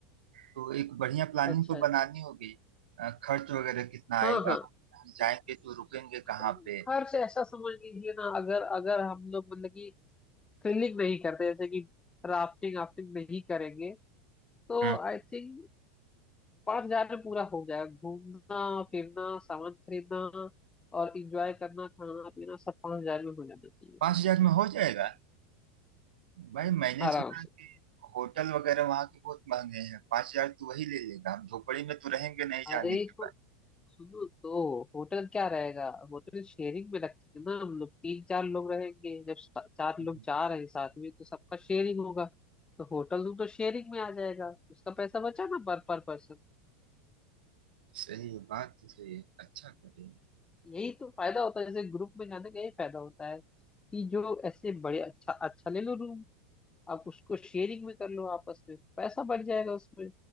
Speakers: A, on the right (about 65°); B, on the left (about 15°).
A: तो एक बढ़िया प्लानिंग
B: अच्छा
A: तो
B: अच्छा
A: बनानी होगी। अ, खर्च वगैरह कितना आएगा?
B: हाँ हाँ
A: जाएँगे तो रुकेंगे कहाँ
B: हाँ,
A: पे?
B: खर्च ऐसा समझ लीजिए ना अगर अगर हम लोग मतलब कि थ्रिलिंग नहीं करते जैसे कि राफ्टिंग राफ्टिंग नहीं करेंगे तो
A: हुँ,
B: आई थिंक पांच हजार में पूरा हो जाएगा घूमना फिरना सामान खरीदना और इंजॉय करना खाना पीना सब पांच हजार में हो जाना चाहिए
A: 5000 में हो जाएगा? भाई मैंने
B: आराम
A: सुना है
B: से
A: कि होटल वगैरह वहाँ के बहुत महँगे हैं। 5000 तो वही ले लेगा, हम झोपड़ी में तो रहेंगे नहीं
B: अरे
A: जाने के
B: तो सुनो तो होटल क्या रहेगा होटल शेयरिंग में रखेंगे ना हम लोग तीन चार लोग रहेंगे जब सा- चार
A: बाद।
B: लोग जा रहे हैं साथ में तो सबका शेयरिंग होगा तो होटल रूम तो शेयरिंग में आ जाएगा उसका पैसा बचा ना पर पर पर्सन
A: सही है बात तो सही है अच्छा करे
B: यही तो फायदा होता है जैसे ग्रुप में जाने का यही फायदा होता है कि जो ऐसे बड़े अच्छा अच्छा ले लो रूम आप उसको शेयरिंग भी कर लो आपस में पैसा बढ़ जाएगा उसमें